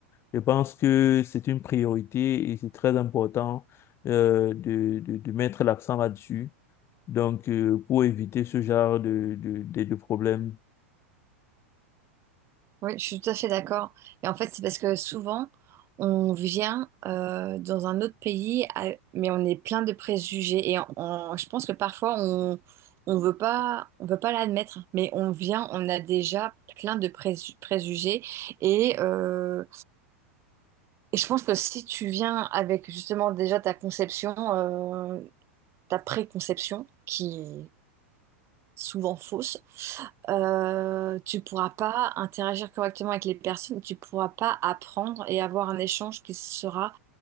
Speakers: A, on the left; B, on the right.
A: Je pense que c'est une priorité et c'est très important euh, de, de, de mettre l'accent là-dessus. Donc, euh, pour éviter ce genre de, de, de, de problèmes.
B: Oui, je suis tout à fait d'accord. Et en fait, c'est parce que souvent, on vient euh, dans un autre pays, à- mais on est plein de préjugés. Et on- on- je pense que parfois, on on veut pas, on veut pas l'admettre, mais on vient, on a déjà plein de présu- préjugés. Et, euh, et je pense que si tu viens avec justement déjà ta conception, euh, ta préconception, qui souvent fausses, euh, tu pourras pas interagir correctement avec les personnes, tu pourras pas apprendre et avoir un échange qui sera